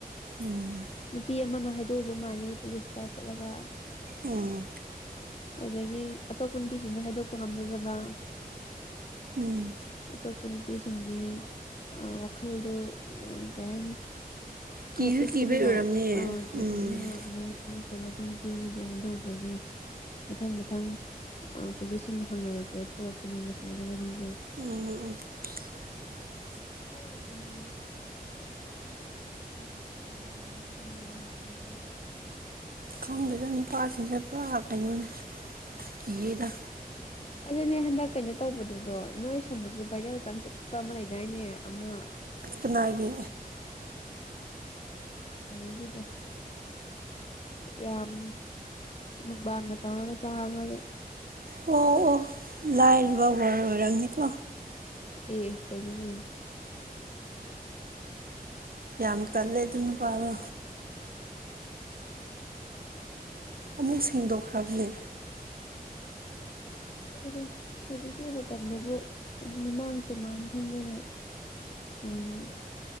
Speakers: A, on the right (about 65°); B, on the left (about 40°).
A: ꯎꯝ
B: ꯅꯨꯄꯤ ꯑꯃꯅ ꯍꯥꯏꯗꯣꯛꯎꯕ ꯃꯥꯜꯂꯦ ꯄꯨꯂꯤꯁꯇ ꯆꯠꯂꯒ
A: ꯎꯝ
B: ꯑꯗꯒꯤ ꯑꯇꯣꯞꯄ ꯅꯨꯄꯤꯁꯤꯡꯅ ꯍꯥꯏꯗꯣꯛꯄ ꯉꯝꯖꯗꯕ
A: ꯎꯝ
B: ꯑꯇꯣꯞꯄ ꯅꯨꯄꯤꯁꯤꯡꯗꯤ ꯑ ꯋꯥꯈꯜꯗꯣ ꯀꯩ ꯍꯥꯏꯅꯤ
A: ꯀꯤꯁꯨ
B: ꯈꯔ ꯄꯤꯛꯄꯅꯤꯅ
A: ꯀꯤꯕꯩ ꯑꯣꯏꯔꯝꯅꯤꯌꯦ
B: ꯑ ꯀꯤꯕꯅꯤꯅ
A: ꯎꯝ
B: ꯑꯗꯨꯃꯥꯏꯅ ꯑꯗꯨ ꯅꯨꯄꯤ ꯑꯃꯗꯤ ꯍꯥꯏꯗꯣꯛꯎꯕꯒꯤ ꯃꯊꯪ ꯃꯊꯪ ꯑ ꯄꯨꯂꯤꯁꯁꯤꯡꯅ ꯍꯪꯅꯔꯛꯄꯗ ꯊꯣꯛꯂꯛꯄꯅꯦꯕ ꯁꯨꯃꯥꯏꯅ ꯋꯥꯔꯤꯁꯦ
A: ꯎꯝ ꯎꯝ ꯑꯁ
B: <unintelligible> <unintelligible>
A: ꯈꯪꯗꯦꯗꯥ ꯅꯨꯄꯥꯁꯤꯡꯁꯦ ꯄꯨꯔꯥ ꯀꯩꯅꯣꯅꯦ ꯀꯤꯌꯦꯗꯥ
B: ꯑꯗꯨꯅꯦ ꯍꯟꯗꯛ ꯀꯩꯅꯣ ꯇꯧꯕꯗꯨꯗꯣ ꯅꯣꯏ ꯁꯣꯝꯗꯁꯨ ꯚꯥꯏꯔꯦꯜ ꯀꯟ ꯆꯠꯄ ꯑꯃ ꯂꯩꯗꯥꯏꯅꯦ ꯑꯃ
A: ꯀꯅꯥꯒꯤ
B: ꯀꯩꯅꯣꯒꯤꯗꯣ ꯌꯥꯝ ꯃꯨꯛꯕꯥꯡꯒ ꯇꯧꯔꯒ ꯆꯥꯕꯗ
A: ꯑꯣ ꯑꯣ ꯂꯥꯏꯔꯕ ꯋꯔꯜꯗ ꯑꯣꯏꯔꯝꯅꯤꯀꯣ
B: ꯑꯦ ꯀꯩꯅꯣꯅꯦ
A: ꯌꯥꯝ ꯇꯜꯂꯦ ꯑꯗꯨ ꯅꯨꯄꯥꯗꯣ ꯑꯃꯨꯛ ꯁꯦꯡꯗꯣꯛꯈ꯭ꯔꯕꯅꯦ
B: ꯍꯣꯏꯗ ꯍꯧꯖꯤꯛꯀꯤ ꯃꯇꯝꯗꯕꯨ ꯃꯤꯃꯥꯡ ꯇꯨꯃꯥꯡ ꯈꯪꯗꯅ ꯑꯣ